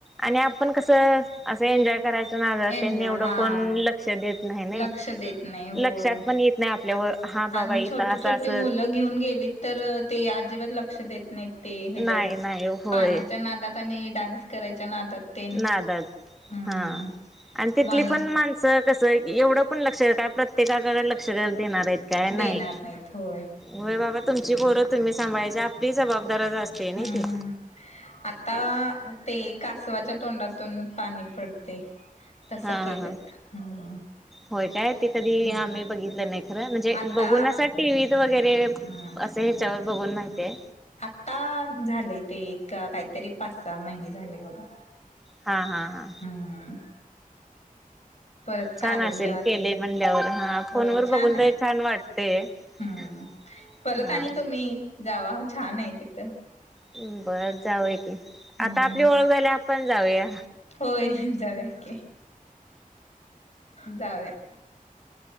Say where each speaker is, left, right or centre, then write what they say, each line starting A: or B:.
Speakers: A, in the centre; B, on the left.
A: आणि आपण कसं, असं एन्जॉय करायच्या नादात
B: एन्जॉय
A: तेन एवढ
B: हा
A: कोण लक्ष देत नाही ने?
B: लक्ष देत नाही होय.
A: लक्षात पण येत नाही आपल्याव, हा
B: आणि
A: बाबा इथं
B: छोटी
A: असं
B: छोटी
A: असं
B: मुलं घेऊन गेलीत तर ते अजिबात लक्ष देत नाहीत ते ह्येज्यात,
A: नाही नाही होय
B: पाण्याच्या नादात आणि डान्स करायच्या नादात तेन
A: नादात,
B: हम्म
A: हा, आणि तिथली
B: म्हणून
A: पण मान स कसंय की एवढं पण लक्ष काय प्रत्येकाकडे लक्ष काय देणारेत. काय
B: देणार
A: नाही,
B: नाहीत होय.
A: होय बाबा तुमची पोर तुम्ही सांभाळायची, आपलीही जबाबदारच असते नई
B: हम्म
A: ती.
B: आता, ते कासवाच्या तोंडातून पाणी पडते. तसं
A: हा
B: केलत,
A: हा हा
B: हम्म.
A: होय काय? ते कधी
B: हम्म
A: आम्ही बघितलं नाही खरं, म्हणजे
B: आता
A: बघून असं टीव्हीत वगैरे असं
B: हम्म
A: ह्याच्यावर बघून माहिते.
B: <unintelligible> झालेय ते, एक का काहीतरी पाच सहा-महिने झाले बघा.
A: हा हा हा.
B: हम्म परत
A: छान
B: कारंजा
A: असेल केलय
B: तेन
A: म्हणल्यावर हा.
B: होय
A: फोनवर
B: छान
A: बघून
B: आहे.
A: तर छान वाटते.
B: हम्म
A: <unintelligible>
B: परत
A: हा
B: आणि तुम्ही जावा छान आहे तिथं.
A: हम्म, बरं जाऊया की.
B: हम्म
A: आता आपली ओळख झाल्यावर आपण जाऊया.
B: होय जाऊया की जाऊया.